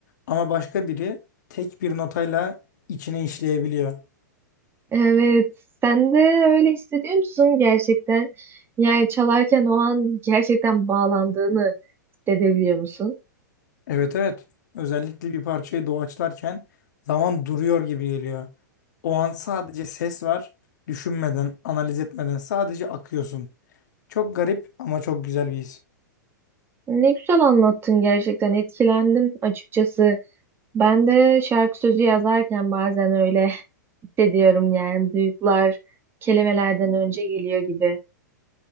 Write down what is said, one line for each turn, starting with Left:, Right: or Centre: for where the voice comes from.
Left: Ama başka biri tek bir notayla içine işleyebiliyor.
Right: Evet, sen de öyle hissediyor musun gerçekten? Yani çalarken o an gerçekten bağlandığını hissedebiliyor musun?
Left: Evet evet. Özellikle bir parçayı doğaçlarken zaman duruyor gibi geliyor. O an sadece ses var. Düşünmeden, analiz etmeden sadece akıyorsun. Çok garip ama çok güzel bir his.
Right: Ne güzel anlattın gerçekten etkilendim açıkçası. Ben de şarkı sözü yazarken bazen öyle <laughs> hissediyorum yani duygular kelimelerden önce geliyor gibi.